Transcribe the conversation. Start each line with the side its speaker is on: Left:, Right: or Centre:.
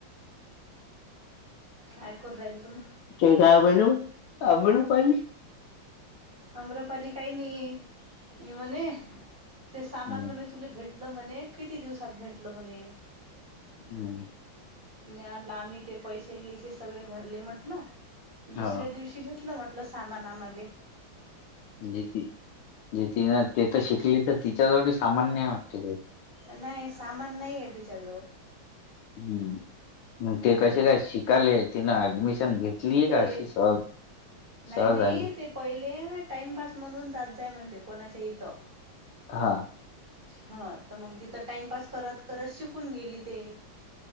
Right: काय करू रायल तुम्ही
Left: ते काय बोल अमरू पल
Right: अम्रपाली काही नाही मी म्हणे ते सामान
Left: हम्म
Right: म्ह तुला भेटलं म्हणे किती दिवसात भेटल म्हणे
Left: हम्म
Right: नाही आम्ही ते पैसे घ्यायचे सगळे भरले म्हटलं दुसऱ्या
Left: हो
Right: दिवशी बी कटल मोटल सामान आमा्हाले
Left: ज ती जे तिनं ते तर शिकली तर तिच्याजवळी सामान्य वाटते काही
Right: नाही सामान नाही आहे तिच्याजवळ
Left: हम्म मग
Right: हम्म
Left: ते कसे काय शिकालेय तिनं ऍडमिशन घेतलीय
Right: ते
Left: का अशी सहज
Right: नाही
Left: सहज
Right: नाही
Left: आली
Right: ते पहिले टाइमपास म्हणून जात जाय म्हणते कोणाच्या इथं
Left: हा
Right: हा तर मग तिथं टाइमपास करत करत शिकून गेली ते